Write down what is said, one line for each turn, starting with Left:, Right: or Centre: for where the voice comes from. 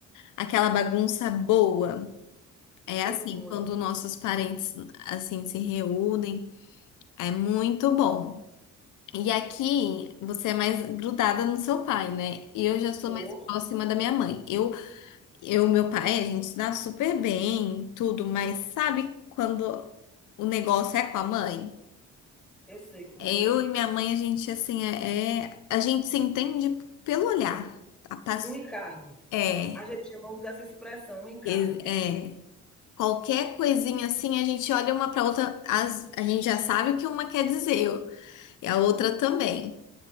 Left: aquela bagunça boa. É
Centre: Sei
Left: assim,
Centre: como
Left: quando
Centre: é.
Left: nossos parentes assim se reúnem, é muito bom. E aqui você é mais grudada no seu pai, né? E eu já sou
Centre: Sou,
Left: mais próxima da minha mãe. Eu, eu, meu pai, a gente se dá super bem, tudo, mas sabe quando o negócio é com a mãe?
Centre: eu sei como
Left: É
Centre: é.
Left: Eu e minha mãe, a gente assim é, é- a gente se entende pelo olhar. A pass-
Centre: Um encarne.
Left: é,
Centre: A gente chama usa essa expressão, um encarne.
Left: é, é. qualquer coisinha assim, a gente olha uma pra outra, as- a gente já sabe o que uma quer dizer, e a outra também.